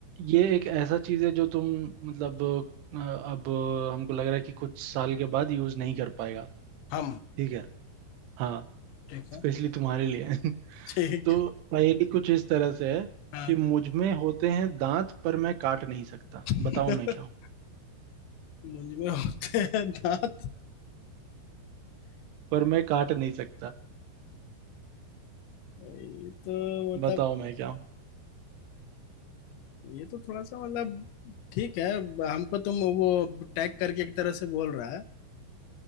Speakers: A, on the right (about 80°); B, on the left (about 85°).
A: ये एक ऐसा चीज है जो तुम मतलब अ, अब हमको लग रहा है कि कुछ साल के बाद यूज नहीं कर पाएगा
B: हम
A: ठीक है हाँ
B: ठीक है
A: स्पेशली तुम्हारे लिए <laughs>
B: ठीक
A: तो पहेली कुछ इस तरह से है
B: हाँ
A: कि मुझ में होते हैं दांत पर मैं काट नहीं सकता
B: <laughs>
A: बताओ मैं क्या हूँ
B: मुझ में होते हैं दांत
A: पर मैं काट नहीं सकता
B: ये तो मतलब
A: बताओ मैं क्या हूँ
B: ये तो थोड़ा सा मतलब ठीक है ब- हमको तुम वो टैग करके एक तरह से बोल रहा है